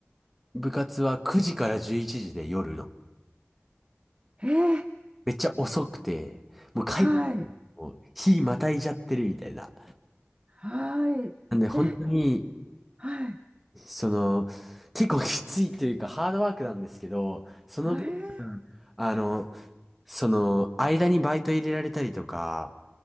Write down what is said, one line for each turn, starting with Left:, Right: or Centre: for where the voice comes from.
Centre: 部活は9時から11時で夜の。
Right: い。えー、
Centre: めっちゃ遅くて、もう帰って
Right: はい。
Centre: も日またいじゃってるみたいな。
Right: はい。
Centre: なんで本当に、
Right: え、はい。
Centre: その、結構きついというかハードワークなんですけど、その分、
Right: はい。
Centre: あの、その、間にバイト入れられたりとか、